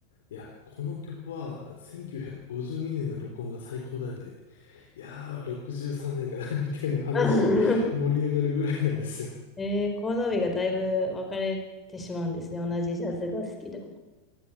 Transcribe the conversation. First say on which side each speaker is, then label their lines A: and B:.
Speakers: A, on the left; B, on the left.
A: いや、この曲は1952年の録音が最高だよねって。いやー、63年かな <laughs> みたいな話が盛り上がるぐらいなんですよ。
B: <laughs> えー、コードがだいぶ分かれてしまうんですね。同じジャズが好きでも。